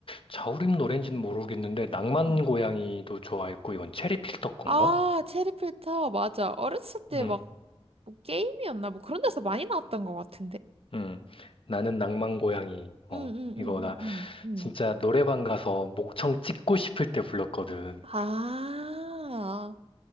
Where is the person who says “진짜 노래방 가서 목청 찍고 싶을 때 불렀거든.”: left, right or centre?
Left